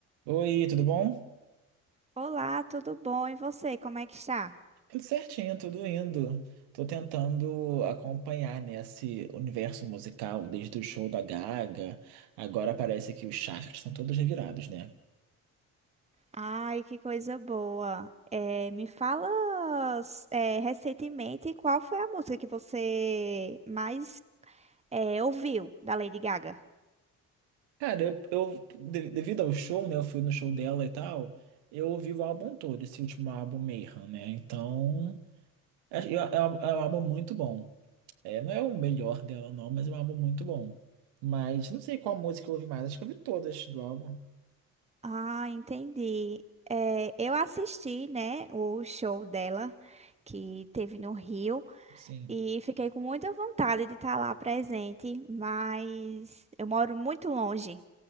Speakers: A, on the right; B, on the right.
A: Oi, tudo bom?
B: Olá, tudo bom? E você, como é que está?
A: Tudo certinho, tudo indo. Tô tentando acompanhar nesse universo musical desde o show da Gaga. Agora parece que os chakras estão todos revirados, né?
B: Ai, que coisa boa. É, me fala, é, recentemente qual foi a música que você mais é, ouviu da Lady Gaga?
A: Cara, eu, eu- de- devido ao show, né? Eu fui no show dela e tal. Eu ouvi o álbum todo, esse último álbum Mayhem, né? Então, é, é, é um é um álbum muito bom. É, não é o melhor dela, não, mas é um álbum muito bom. Mas não sei qual música eu ouvi mais. Acho que eu ouvi todas do álbum.
B: Ah, entendi. É, eu assisti, né, o show dela que teve no Rio
A: Sim.
B: e fiquei com muita vontade de estar lá presente, mas eu moro muito longe.